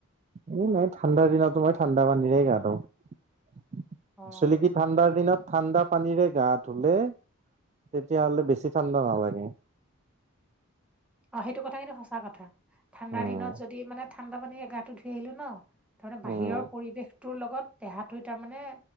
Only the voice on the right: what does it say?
এই নাই ঠাণ্ডাৰ দিনতো মই ঠাণ্ডা পানীৰে গা ধুওঁ। আচল
কি ঠাণ্ডাৰ দিনত ঠাণ্ডা পানীৰে গা ধুলে, তেতিয়াহলে বেছি ঠাণ্ডা নালাগে।
উম
উম